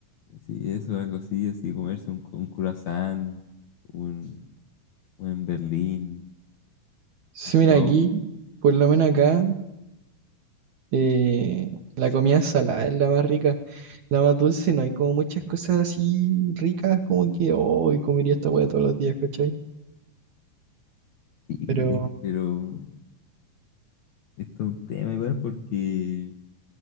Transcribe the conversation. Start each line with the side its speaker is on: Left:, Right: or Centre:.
Left: Sí, eso, algo así, así comerse un, un croissant, un, un Berlín,
Right: Sí, mira,
Left: top.
Right: aquí, por lo menos acá, eh, la comida salada es la más rica. La más dulce, no hay como muchas cosas así ricas, como que hoy comería esta hueá todos los días, ¿cachai?
Left: Sí,
Right: Pero,
Left: pero esto es un tema igual porque